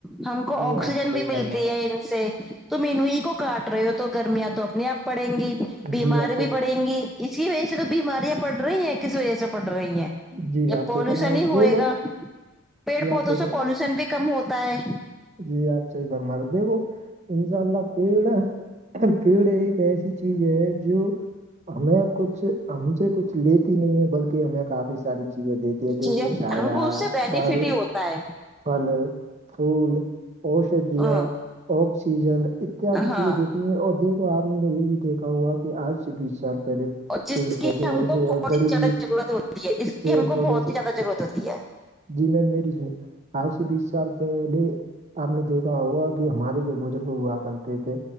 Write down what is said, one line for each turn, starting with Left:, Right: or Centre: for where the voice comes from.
Centre: ہم کو
Right: جی
Centre: آکسیجن
Right: آپ صحیح
Centre: بھی ملتی
Right: فرمایا
Centre: ہے سے تو مینو ای کو کاٹ رہے ہو تو گرمیاں تو اپنے آپ پڑیں گی
Right: جی
Centre: بیماری
Right: آپ سے
Centre: بھی پڑیں گی اسی وجہ سے تو بیماریاں پڑ رہی ہیں کس وجہ سے پڑ رہی ہیں
Right: جی
Centre: یا
Right: آپ
Centre: پالوشن
Right: صحیح فرما رہے ہو۔
Centre: ہی ہوئے
Right: دیکھو
Centre: گا پیڑ
Right: جی
Centre: پودوں
Right: آپ صحیح
Centre: سے
Right: فر-
Centre: پالوشن بھی کم ہوتا ہے
Right: جی آپ صحیح پر مر د وہ انشاء اللہ پیڑ پیڑ ایک ایسی چیز ہے جو ہمیں کچھ ہم سے کچھ لیتی نہیں ہے بلکہ کہ ہمیں کافی ساری چیزیں دیتی ہے دیکھو
Centre: چیزیں
Right: چھایا
Centre: ہم کو اس سے بینیفٹ
Right: پھل
Centre: ہی ہوتا ہے
Right: پل پھول اوشدیا
Centre: ہ
Right: آکسیجن اتیاد
Centre: ہاں
Right: چیزیں دیتی ہیں اور دی تو آپ میں نے یہ بھی دیکھا ہوا کہ آج سے بیس سال پہلے
Centre: اور جس
Right: پیڑ
Centre: کی
Right: پودوں
Centre: ہم کو
Right: سے
Centre: بہت
Right: اور جڑی
Centre: ہی زیادہ
Right: بوٹی
Centre: ضرورت ہوتی ہے اس
Right: پیڑ
Centre: کی ہم
Right: پودوں
Centre: کو بہت
Right: سے
Centre: ہی زیادہ ضرورت ہوتی ہے
Right: جی میم میری سے آج سے بیس سال پہلے آپ نے دیکھا ہوگا کہ ہمارے جو بزرگ ہوا کرتے تھے